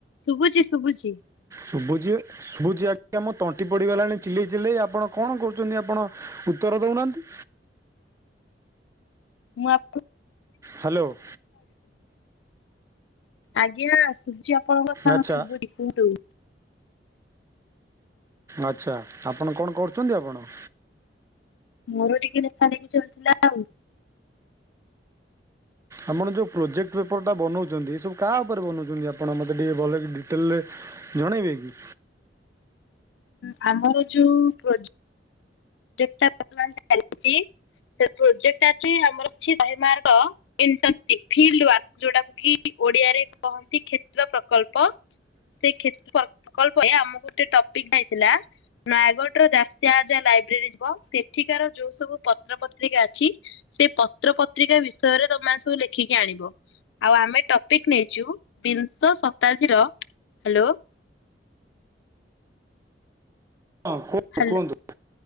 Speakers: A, on the left (about 80°); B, on the right (about 15°).
A: ଶୁଭୁଛି, ଶୁଭୁଛି।
B: ଶୁଭୁଜି ଶୁଭୁଜି ଆଜ୍ଞା ମୋ ତଣ୍ଟି ପଡିଗଲାଣି ଚିଲେଇ, ଚିଲେଇ ଆପଣ କ'ଣ କରୁଛନ୍ତି ଆପଣ। ଉତ୍ତର ଦଉନାହାନ୍ତି।
A: ମୁଁ ଆପ।
B: ହ୍ୟାଲୋ।
A: ଆଜ୍ଞା ସୁଚି ଆପଣଙ୍କ କଥା
B: ଆଚ୍ଛା
A: ଶୁଭୁଚି କୁହନ୍ତୁ।
B: ଆଚ୍ଛା ଆପଣ କ'ଣ କରୁଛନ୍ତି ଆପଣ।
A: ମୋର ଟିକେ ନେଖା, ନେଖୀ ଚଳିଲା ଆଉ।
B: ଆମର ଯୋଉ ପ୍ରୋଜେକ୍ଟ ପେପର ଟା ବନଉଚନ୍ତି ଏ ସବୁ କାହା ଉପରେ ବନଉଚନ୍ତି ଆପଣ ମତେ ଟିକେ ଭଲକି ଡିଟେଲରେ ଯଣେଇ ବେକି
A: ହଁ ଆମର ଯୋଉ ପ୍ରୋଜେ ଠିକ ଠାକ ପ୍ରଫମାନ୍ସ ଚାଲିଛି ସେ ପ୍ରୋଜେକ୍ଟ ଅଛି ଆମର ଅଛି ଶହେ ମାର୍କ ଇଟନ୍ ସିପ ଫଲଡ୍ ୱାର୍ ଯୋଉଟାକୁ କି ଓଡିଆରେ କହନ୍ତି କ୍ଷେତ୍ର ପ୍ରକଳ୍ପ। ସେ କ୍ଷେତ୍ର ପ୍ରକଳ୍ପ ହିଁ ଆମକୁ ଗୋଟେ ଟପିକ ଆଇଥିଲା। ନୟାଗଡ଼ ର ଦାସିଆ ଅଜା ଲାଇବ୍ରେରୀ ଯିବ ସେଠିକାର ଯୋଉ ସବୁ ପତ୍ର ପତ୍ରିକା ଅଛି ସେ ପତ୍ର ପତ୍ରିକା ବିଷୟରେ ତମେ ମାନେ ସବୁ ଲେଖିକି ଆଣିବ। ଆଉ ଆମେ ଟପିକ ନେଇଛୁ ବିଂଶ ଶତାବ୍ଦୀର ହ୍ୟାଲୋ।
B: ହଁ କୁହନ୍ତୁ
A: ହ୍ୟାଲୋ
B: କୁହନ୍ତୁ